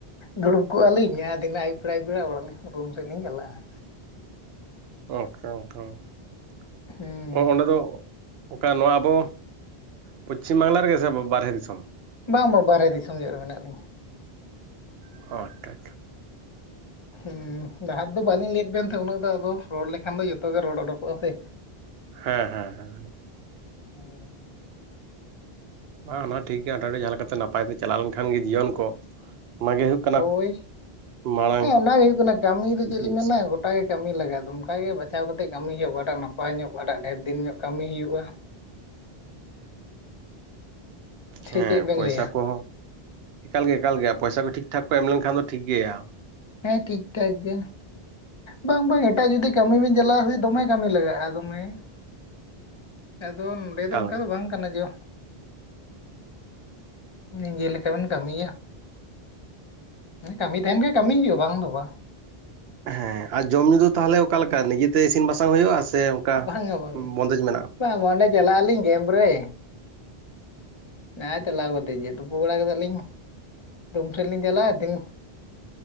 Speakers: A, on the left; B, on the right.
A: ᱫᱩᱲᱩᱵ ᱠᱚᱜᱼᱟ ᱞᱞᱤᱧ ᱡᱟᱦᱟᱸ ᱛᱤᱱᱟᱹ ᱟᱭᱩᱵ ᱵᱮᱲᱟᱭ ᱵᱮᱲᱟ ᱚᱲᱟᱜᱧ ᱨᱩᱢ ᱥᱮᱫ ᱞᱤᱧ ᱪᱟᱞᱟᱜᱼᱟ
B: <unintelligible>
A: ᱦᱮᱸ
B: ᱚᱸᱰᱮ ᱫᱚ ᱚᱠᱟ ᱱᱚᱣᱟ ᱟᱵᱚ ᱯᱚᱪᱷᱤᱢ ᱵᱟᱝᱞᱟ ᱨᱮᱜᱮ ᱥᱮ ᱵᱟᱨᱦᱮ ᱫᱤᱥᱚᱢ
A: ᱵᱟᱝ ᱵᱟᱝ ᱵᱟᱨᱮ ᱫᱤᱥᱚᱢ ᱧᱚᱜ ᱨᱮ ᱢᱮᱱᱟᱜ ᱞᱤᱧᱟᱹ
B: <unintelligible>
A: ᱦᱮᱸ ᱞᱟᱦᱟ ᱫᱚ ᱵᱟᱟᱹᱞᱤᱧ ᱞᱟᱹᱭᱮᱫ ᱵᱮᱱ ᱛᱟᱦᱮᱸᱫ ᱩᱱᱟᱹᱜ ᱫᱚ ᱟᱫᱚ ᱨᱚᱲ ᱞᱮᱠᱷᱟᱱ ᱫᱚ ᱡᱚᱛᱚ ᱜᱮ ᱨᱚᱲ ᱩᱰᱩᱠᱚᱜᱼᱟ ᱥᱮ
B: ᱦᱮᱸ ᱦᱮᱸ ᱦᱮᱸᱮᱸ
A: <unintelligible>
B: ᱵᱟᱝ ᱚᱱᱟ ᱴᱷᱤᱠ ᱜᱮᱭᱟ ᱦ ᱡᱟᱦᱟᱸ ᱞᱮᱠᱟᱛᱮ ᱱᱟᱯᱟᱭ ᱛᱮ ᱪᱟᱞᱟᱣ ᱞᱮᱱᱠᱷᱟᱱ ᱜᱮ ᱡᱤᱭᱚᱱ ᱠᱚ ᱚ ᱜᱮᱮ ᱦᱩᱭᱩᱜ ᱠᱟᱱᱟ
A: ᱳᱭ
B: ᱢᱟᱲᱟᱝ
A: ᱦᱮᱸ ᱚᱱᱟᱜᱮ ᱦᱩᱭᱩᱜ ᱠᱟᱱᱟ ᱠᱟᱹᱢᱤ ᱫᱚ ᱪᱮᱜ
B: ᱡᱤᱱᱤᱥ
A: ᱞᱤᱧ ᱢᱮᱱᱟ ᱜᱚᱴᱟ ᱠᱟᱹᱢᱤ ᱞᱟᱜᱟᱼᱟ ᱫᱚ ᱚᱱᱠᱟ ᱜᱮ ᱵᱟᱪᱷᱟᱣ ᱠᱟᱛᱮ ᱠᱟᱹᱢᱤ ᱦᱩᱭᱩᱜᱼᱟ ᱚᱠᱟᱴᱟᱜ ᱱᱟᱯᱟᱭ ᱱᱟᱯᱟᱭ ᱧᱚᱜ ᱚᱠᱟᱴᱟᱜ ᱰᱷᱮᱨ ᱫᱤᱱ ᱧᱚᱜ ᱠᱟᱹᱢᱤ ᱦᱩᱭᱩᱜᱼᱟ ᱥᱮ
B: ᱦᱮᱸ
A: ᱪᱮᱫ ᱵᱮᱱ
B: ᱯᱚᱭᱥᱟ
A: ᱞᱟᱹᱭᱟ
B: ᱠᱚᱦᱚᱸ ᱮᱠᱟᱞ ᱜᱮ ᱮᱠᱟᱞ ᱜᱮᱭᱟ ᱯᱚᱭᱥᱟ ᱠᱚ ᱴᱷᱤᱠ ᱴᱷᱟᱠ ᱠᱚ ᱮᱢ ᱞᱮᱱᱠᱷᱟᱱ ᱫᱚ ᱴᱷᱤᱠ ᱜᱮᱭᱟ
A: ᱦᱮᱸ ᱴᱷᱤᱠ ᱴᱷᱟᱠ ᱜᱮ ᱵᱟᱝ ᱵᱟᱝ ᱮᱴᱟᱜ ᱡᱩᱫᱤ ᱠᱟᱹᱢᱤ ᱵᱤᱱ ᱪᱟᱞᱟᱜ-ᱟ ᱥᱮ ᱫᱚᱢᱮ ᱠᱟᱹᱢᱤ ᱞᱟᱜᱟᱜᱼᱟ ᱟ ᱫᱚᱢᱮ ᱟᱫᱚ ᱱᱚᱸᱰᱮ
B: ᱮᱠᱟᱞ
A: ᱫᱚ ᱚᱝᱠᱟ
B: ᱜᱮ
A: ᱫᱚ ᱵᱟᱝ ᱠᱟᱱᱟ ᱡᱮ ᱱᱤᱡᱮ ᱞᱮᱠᱟ ᱵᱮᱱ ᱠᱟᱹᱢᱤᱭᱟ ᱠᱟᱹᱢᱤ ᱛᱟᱦᱮᱱ ᱠᱷᱟᱡ ᱠᱟᱹᱢᱤ ᱦᱩᱭᱩᱜᱼᱟ ᱵᱟᱝ ᱫᱚ ᱵᱟᱝ
B: ᱦᱮᱸ ᱟᱨ ᱡᱚᱢ ᱧᱩ ᱫᱚ ᱛᱟᱦᱞᱮ ᱚᱠᱟᱞᱮᱠᱟ ᱱᱤᱡᱮᱛᱮ ᱤᱥᱤᱱ ᱵᱟᱥᱟᱝ ᱦᱩᱭᱩᱜᱼᱟ? ᱥᱮ ᱚᱱᱠᱟ
A: ᱵᱟᱝ-ᱟ ᱵᱟᱝ
B: ᱵᱚᱱᱫᱮᱡᱽ ᱢᱮᱱᱟᱜᱼᱟ
A: ᱵᱟᱝ ᱵᱟᱝ ᱚᱸᱰᱮ ᱪᱟᱞᱟᱜ ᱟᱹᱞᱤᱧ ᱜᱮᱢ ᱨᱮ ᱱᱟ ᱪᱟᱞᱟᱣ ᱠᱟᱛᱮᱫ ᱜᱮ ᱛᱩᱯᱩ ᱵᱟᱲᱟ ᱜᱚᱫᱚᱜ-ᱟ ᱞᱤᱧ ᱨᱩᱢ ᱥᱮᱫ ᱞᱤᱧ ᱪᱟᱞᱟᱜ ᱟ ᱫᱤᱱ